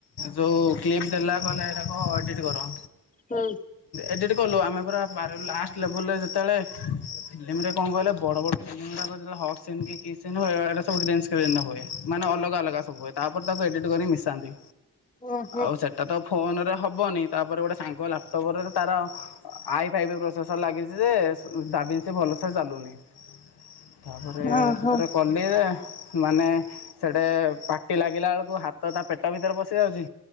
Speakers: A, on the left; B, on the left.
A: ଯୋଉ କ୍ଲିପ୍ ଦେଲା କହିଲା ଏଇରାକ ଏଡ଼ିଟ୍ କର।
B: ହୁଁ।
A: ଏଡ଼ିଟ୍ କଲୁ ଆମେ ପୁରା ଲାଷ୍ଟ୍ ଲେବୁଲ୍ ରେ ଯେତେବେଳେ? ଫିଲ୍ମ ରେ କଣ କହିଲେ ବଡ ବଡ ଫିଲ୍ମ ରାକ ହଗ୍ ସୀନ୍ କି କିସ୍ ସୀନ୍ ହୁଏ ବେଳେବେଳେ ଏ ଗୁଡା ଗ୍ରୀନ୍ ସିଗନାଲ୍ ସ୍କ୍ରିନରେ ହୁଏ ମାନେ ଅଲଗା ଅଲଗା ସବୁହୁଏ ତାପରେ ତାକୁ ଏଡ଼ିଟ୍ କରି ମିଶାନ୍ତି।
B: ଓହୋ
A: ଆଉ ସେଟା ତ ଫୋନରେ ହବନି ତାପରେ ଗୋଟେ ସାଙ୍ଗ ଲାପଟପ୍ ରେ ତାର ଆଇଫାଇବି ପ୍ରୋସେସର ଲାଗିଛି ଯେ ଦାବି ଭଲସେ ଚାଲୁନି ତା ପରେ
B: ଓହୋ
A: ସେଥିରେ କଲିଯେ ମାନେ ସେଇଟେ ପାଟି ଲାଗିଲା ବେଳକୁ ହାତ ଟା ପେଟ ଭିତରେ ପଶି ଯାଉଛି।